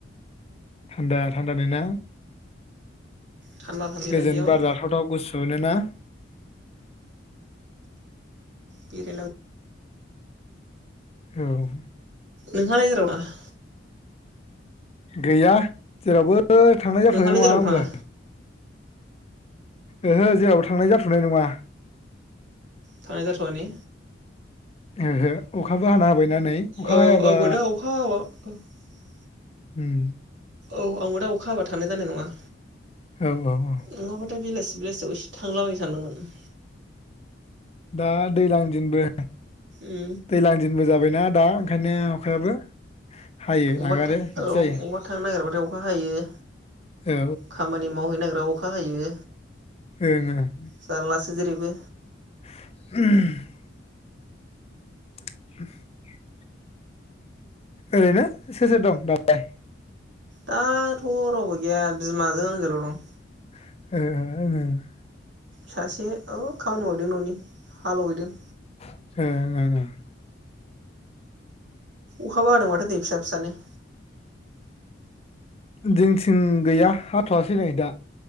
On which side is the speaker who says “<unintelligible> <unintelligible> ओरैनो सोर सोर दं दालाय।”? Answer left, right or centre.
Left